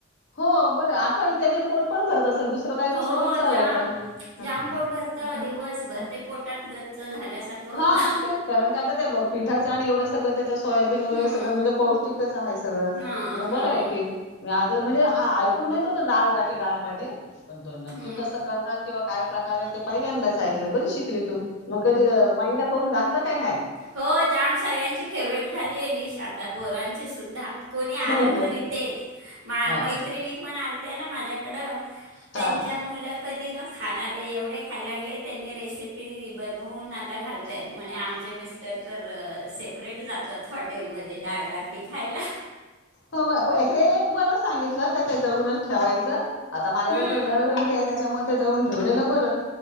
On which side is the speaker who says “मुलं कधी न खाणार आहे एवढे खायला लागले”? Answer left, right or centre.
Right